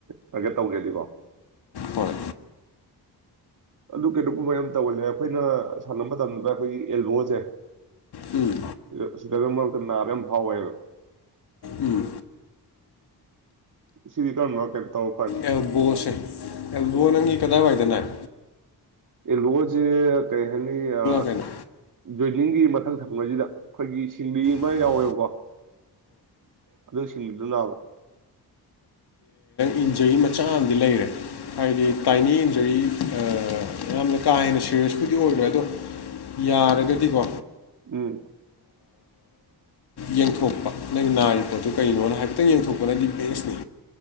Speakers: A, on the right (about 50°); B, on the left (about 70°).
A: ꯇꯥꯔꯒꯦꯠ ꯇꯧꯒꯦꯗꯤꯀꯣ
B: ꯍꯣꯏ
A: ꯑꯗꯨ ꯀꯅꫭꯒꯨꯝꯕ ꯌꯥꯝ ꯇꯧꯍꯜꯂꯦ ꯑꯩꯈꯣꯏꯅ ꯁꯥꯟꯅꯕ ꯃꯇꯝꯗ ꯑꯩꯈꯣꯏꯒꯤ ꯑꯦꯜꯕꯣꯁꯦ
B: ꯎꯝ
A: ꯏꯌꯦ ꯁꯤꯇ꯭ꯔꯝ ꯃ ꯈꯨꯛ ꯅꯥꯕ ꯌꯥꯝ ꯐꯥꯎ꯭ꯋꯦꯕ
B: ꯎꯝ
A: ꯁꯤꯗꯤ ꯀꯔꯝꯕ ꯀꯩꯝ ꯇꯧ
B: ꯑꯦꯜꯕꯣꯁꯦ ꯑꯦꯜꯕꯣ ꯅꯪꯒꯤ ꯀꯗꯥꯏꯋꯥꯏꯗꯅꯥꯏ
A: ꯑꯦꯜꯕꫭ ꯁꯤ ꯀꯩꯍꯥꯏꯅꯤ ꯑ
B: ꯀꯩꯅꯣ
A: ꯒꫭꯟ ꯈꯨꯅꯤꯡꯉꯤ ꯃꯊꯪ ꯊꯪꯕꯖꯤꯗ ꯑꯈꯣꯏꯒꯤ ꯁꯤꯡꯂꯤ ꯑꯃ
B: ꯑꯥ
A: ꯌꯥꯎꯋꯦꯕꯀꯣ ꯑꯗꯨ ꯁꯤꯡꯂꯤꯗꫭ ꯅꯕꯔꫭ
B: ꯏꯟꯖꯩ ꯃꯆꯥ ꯑꯃꯗꯤꯗꯤ ꯂꯩꯔꯦ ꯍꯥꯏꯗꯤ ꯇꯥꯏꯅꯤ ꯏꯟꯖꯔꯤ ꯌꯥꯝꯅ ꯀꯥ ꯍꯦꯟꯅ ꯁꯦꯔꯤꯌꯁꯄꯨꯗꯤ ꯑꯣꯏꯔ꯭ꯔꯦ ꯑꯗꯣ ꯌꯥꯔꯒꯗꯤꯀꯣ
A: ꯎꯝ
B: ꯌꯦꯡꯊꯣꯛꯄ ꯅꯪꯒꯤ ꯅꯥꯔꯤꯕ ꯄꯣꯠꯇꯨ ꯀꯩꯅꯣꯅ ꯍꯥꯏꯐꯦꯠꯇꯪ ꯌꯦꯡꯊꯣꯛꯄꯅꯗꯤ ꯕꯦꯁꯅꯤ